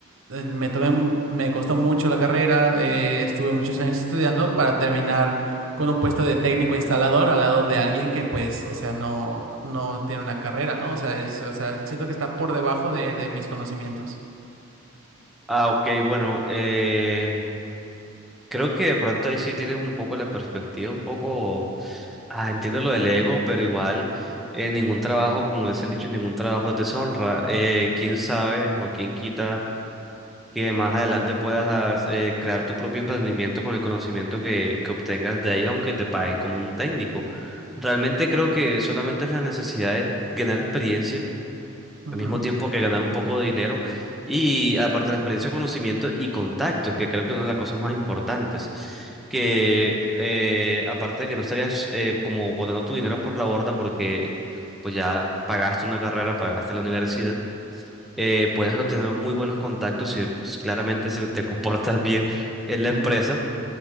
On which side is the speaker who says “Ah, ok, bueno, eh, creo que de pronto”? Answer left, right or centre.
Centre